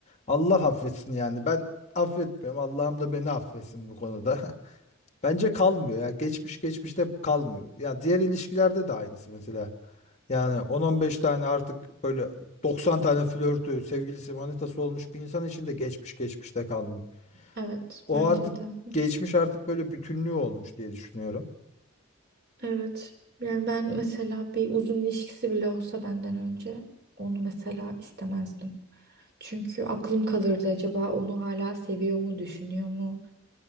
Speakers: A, on the left; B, on the right.
A: Allah affetsin yani. Ben affetmiyorum. Allah'ım da beni affetsin bu konuda. <laughs> Bence kalmıyor ya. Geçmiş geçmişte kalmıyor. Ya diğer ilişkilerde de aynısı mesela. Yani 10-15 tane artık böyle 90 tane flörtü, sevgilisi, manitası olmuş bir insan için de geçmiş geçmişte kalmıyor.
B: Evet
A: O
B: bence
A: artık
B: de.
A: geçmiş artık böyle bütünlüğü olmuş diye düşünüyorum.
B: Evet. Yani ben mesela bir uzun ilişkisi bile olsa benden önce onu mesela istemezdim. Çünkü aklım kalırdı acaba onu hala seviyor mu, düşünüyor mu?